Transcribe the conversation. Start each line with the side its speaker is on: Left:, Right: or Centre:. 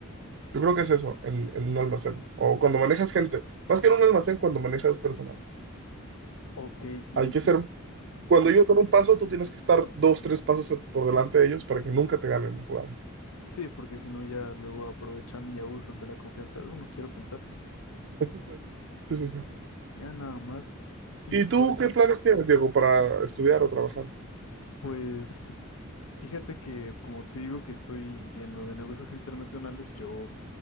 Right: Yo creo que es eso en, en un almacén o cuando manejas gente, más que en un almacén, cuando manejas personal.
Left: Ok, y,
Right: Hay que ser,
Left: y
Right: cuando ellos dan un paso, tú tienes que estar dos, tres pasos por delante de ellos para que nunca te ganen la jugada.
Left: sí, porque si no ya luego aprovechan y abusan de la confianza de uno, quiero pensar.
Right: Es justo eso. Sí, sí, sí.
Left: Mira, nada más. Y
Right: ¿Y
Left: por
Right: tú
Left: ejemplo,
Right: qué planes tienes, Diego, para estudiar o trabajar?
Left: pues fíjate que como te digo que estoy en lo de negocios internacionales, yo